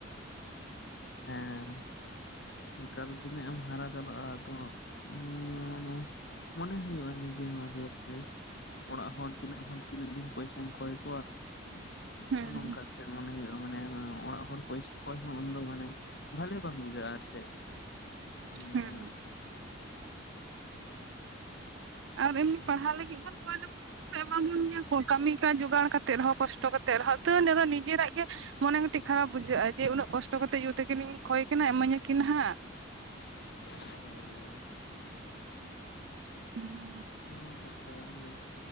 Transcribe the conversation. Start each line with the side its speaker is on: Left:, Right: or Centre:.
Left: ᱦᱮᱸ ᱾ ᱮᱠᱟᱞ ᱛᱤᱱᱟᱹᱜ ᱮᱢ ᱦᱟᱨᱟ ᱪᱟᱞᱟᱜᱼᱟ, ᱟᱫᱚᱢ ᱱᱤᱭᱟᱹ ᱢᱟᱱᱮ ᱢᱚᱱᱮ ᱦᱩᱭᱩᱜᱼᱟ᱾ ᱱᱤᱡᱮ ᱦᱚᱸ ᱡᱮ ᱠᱟᱡᱽ ᱚᱲᱟᱜ ᱦᱚᱲ ᱛᱤᱱᱟᱹᱜ ᱦᱚᱲ ᱛᱤᱱᱟᱹᱜ ᱫᱤᱱ ᱯᱚᱭᱥᱟᱧ ᱠᱚᱸᱭ ᱠᱚᱣᱟ? ᱦᱚᱜ-ᱚ
Right: ᱦᱩᱸ
Left: ᱱᱚᱝᱠᱟ ᱥᱮᱫ ᱢᱚᱱᱮ ᱦᱩᱭᱩᱜᱼᱟ᱾ ᱢᱟᱱᱮ ᱚᱲᱟᱜ ᱦᱚᱲ ᱯᱚᱭᱥᱟ ᱠᱚᱭ ᱩᱱ ᱫᱚ ᱢᱟᱱᱮ ᱵᱷᱟᱞᱮ ᱵᱟᱝ ᱵᱩᱡᱷᱟᱹᱜᱼᱟ, ᱟᱨ ᱪᱮᱫ ᱚᱱᱮ ᱚᱝᱠᱟ
Right: ᱦᱩᱸ
Left: ᱱᱟᱜ᱾
Right: ᱟᱨ ᱮᱢᱱᱤ ᱯᱟᱲᱦᱟᱣ ᱞᱟᱹᱜᱤᱜ ᱵᱚᱱ ᱠᱷᱚᱭ ᱞᱮᱠᱚ ᱠᱷᱟᱱ ᱠᱚ ᱮᱢᱟᱵᱚᱱ ᱜᱮᱭᱟ ᱠᱚ᱾ ᱠᱟᱹᱢᱤ ᱠᱟᱡ ᱡᱚᱜᱟᱲ ᱠᱟᱛᱮᱜ ᱨᱮᱦᱚᱸ ᱠᱚᱥᱴᱚ ᱠᱟᱛᱮᱜ ᱨᱮᱦᱚᱸ᱾ ᱛᱟᱹᱨᱮᱦᱚᱸ ᱱᱤᱡᱮᱨᱟᱜ ᱜᱮ ᱢᱚᱱᱮ ᱠᱟᱹᱴᱤᱡ ᱠᱷᱟᱨᱟᱯ ᱵᱩᱡᱷᱟᱹᱜᱼᱟ, ᱡᱮ ᱩᱱᱟᱹᱜ ᱠᱚᱥᱴᱚ ᱠᱟᱛᱮᱜ ᱭᱩ ᱛᱟᱹ ᱠᱤᱱᱤᱧ ᱠᱷᱚᱭ ᱠᱤᱱᱟ᱾ ᱤᱢᱟᱹᱧ ᱟᱹᱠᱤᱱ ᱦᱟᱸᱜ᱾
Left: ᱦᱩᱸ᱾
Right: <inaudible>
Left: ᱦᱩᱸ, ᱠᱟᱛᱷᱟ ᱠᱟᱱ ᱜᱮ᱾